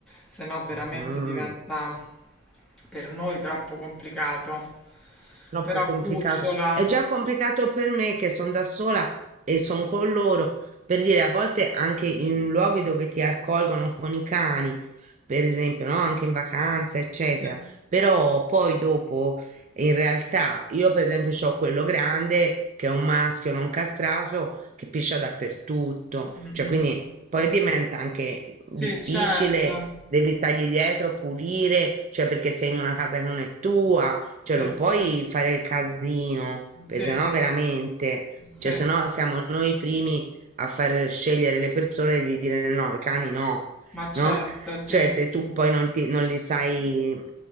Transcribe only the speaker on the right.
mm.
troppo
complicato.
È già complicato per me che sono da sola e sono con loro. Per dire, a volte anche in luoghi dove ti accolgono con i cani, per esempio, no? Anche in vacanza, eccetera.
Però poi dopo, in realtà, io per esempio ho quello grande che è un maschio non castrato che piscia dappertutto.
Cioè, quindi poi diventa anche difficile,
devi stargli dietro, pulire, cioè perché sei in una casa che non è tua
cioè, non puoi
fare il casino, perché
sennò veramente,
cioè, sennò siamo noi i primi a far scegliere le persone di dire no, i cani no,
no?
Cioè, se tu poi non ti, non li sai,